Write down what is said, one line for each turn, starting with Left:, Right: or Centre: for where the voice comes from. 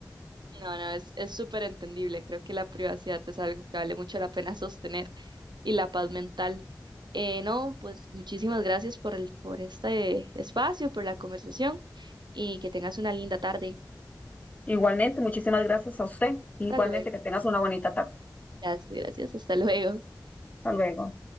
Right: No, no, es, es súper entendible. Creo que la privacidad es algo que vale mucho la pena <laughs> sostener y la paz mental. Eh, no, pues muchísimas gracias por el, por este espacio, por la conversación y que tengas una linda tarde.
Left: Igualmente, muchísimas gracias a usted. Igualmente,
Right: Hasta luego.
Left: que tengas una bonita tarde.
Right: Gracias, gracias. Hasta luego.
Left: Hasta luego.